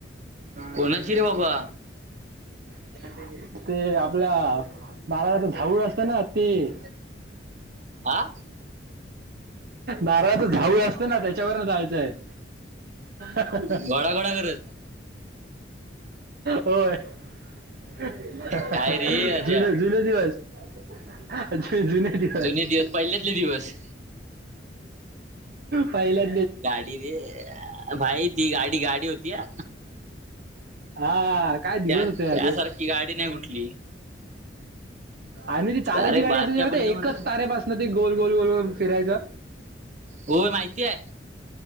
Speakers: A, on the right; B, on the right.
A: कोणाची रे बाबा?
B: <unintelligible> ते आपल्या बालाला झाऊूळ असतं ना ते.
A: हा
B: नारळाचा झाऊळ असतं ना त्याच्यावरन जायचंय आहं.
A: घोडा घोडा करत
B: होय. जुने
A: काय रे राजा
B: जुने दिवस ते जुने, दिवस
A: जुने पहिल्यातले दिवस
B: पहिल्या
A: गाडी रे भाई ती गाडी गाडी होती हा,
B: हा काय दिवस
A: त्या
B: होते ना
A: त्यासारखी
B: ते
A: गाडी नाही कुठली,
B: आणि ती तारेची
A: अरे
B: गाडी
A: बारक्यापर्यंत
B: असायची एकच
A: म्हणा
B: तारेपासनं ते गोल गोल गोल गोल फिरायचं?
A: हो माहिती आहं.